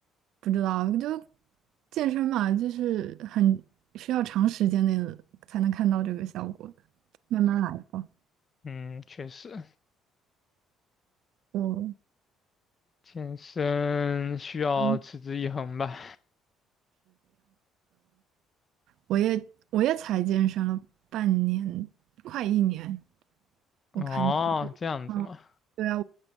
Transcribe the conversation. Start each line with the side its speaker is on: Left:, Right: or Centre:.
Right: 不知道。就健身嘛，就是很需要长时间内的才能看到这个效果的，慢慢来吧。
Left: 嗯，确实，
Right: 我
Left: 健身需要持之以恒吧。
Right: 嗯我也我也才健身了半年，快一年。我看
Left: 哦，
Right: <laughs>，
Left: 这样子嘛。
Right: 嗯对啊，